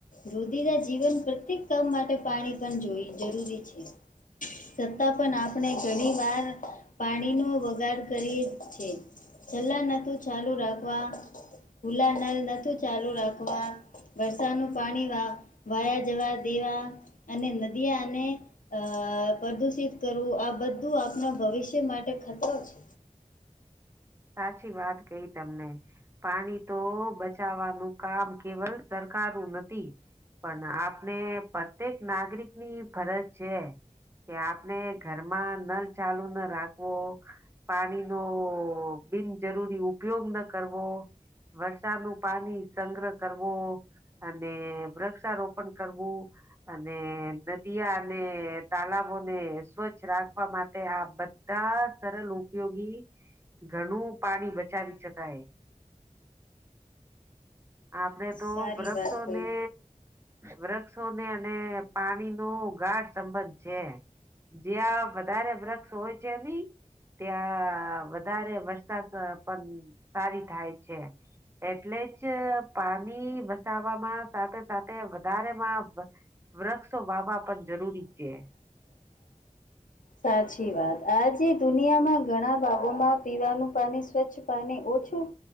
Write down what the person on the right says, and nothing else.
સાચી વાત કઈ તમને પાણી તો બચવાનું કામ કેવલ સરકારું નથી પણ આપણે પ્રત્યેક નાગરિકની ફરજ છે કે આપણે ઘરમાં નલ ચાલુ ન રાખવો પાણીનો બિનજરૂરી ઉપયોગ ન કરવો વરસાદ નું પાણી સંગ્રહ કરવો અને વૃક્ષારોપણ કરવું અને નદીિયા અને તલાબોને સ્વચ્છ રાખવા માટે આ બ ન સરલ ઉપયોગી ઘણું પાણી બચાવી શક એ આપણે તો
વૃક્ષોને
વૃક્ષોને અને પાણી ગાઢ સંબંધ છે જ્યાં વધારે વૃક્ષ હોય છે ની ત્યાં વધારે વરસાદ પણ સારી થાય છે એટલે જ પાની વસવામાં સાથે સાથે વધારેમાં વૃક્ષો વાવવા પણ જરૂરી છે